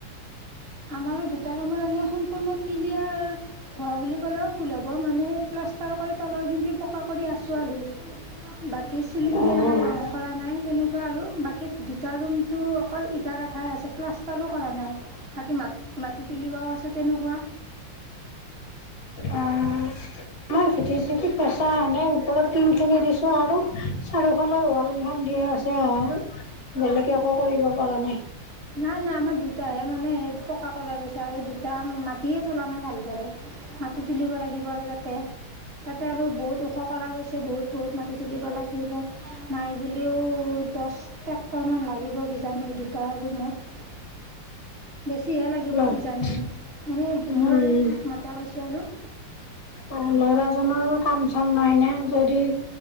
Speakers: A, on the right; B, on the left.
A: আমাৰো দুটা ৰুমৰ এনে সম্পূৰ্ণ ক্লিয়াৰ হোৱা বুলি ক'লেও ভুল হ'ব। মানে- প্লাষ্টাৰ কৰি তলৰ খিনি পকা কৰি আছোঁ আৰু বাকী চিলিং
B: অ'
A: দিয়া নাই ৰহ। কৰা নাই তেনেকুৱা আৰু বাকী দুটা ৰুমটো অকল ইটা গাঠাই আছে, প্লাষ্টাৰো কৰা নাই। বাকী মা -মাটি তুলিবাও আছে তেনেকুৱা।
B: অঁ। আমাৰ চিটি- চিঠি পচা এনেই ওপৰত টিন খিনি দিছো আৰু চাৰিওফালৰ ৱাল কেইখন দিয়ে আছে। হ'ল, বেলেগে একো কৰিব পৰা নাই।
A: নাই- নাই আমাৰ দুটাহে মানে সেই পকা কৰা গৈছে আৰু দুটা মাটিয়ে তোলা নাই ভালদৰে। মাটি তুলিব লাগিব আৰু তাতে, তাতে আৰু বহুত ওখ কৰা গৈ- ছে, বহুত -বহুত মাটি তুলিব লাগিব নাই বুলিও দহ- ট্ৰেক্টৰ মান লাগিব কিজানি এই দুটা ৰুমত। বেছিহে লাগিব
B: অ'
A: কিজানি, এনেই
B: উম
A: মোৰ মতে কৈছোঁ আৰু।
B: অঁ, ল'ৰাজনৰো কাম চাম নাই ন। যদি-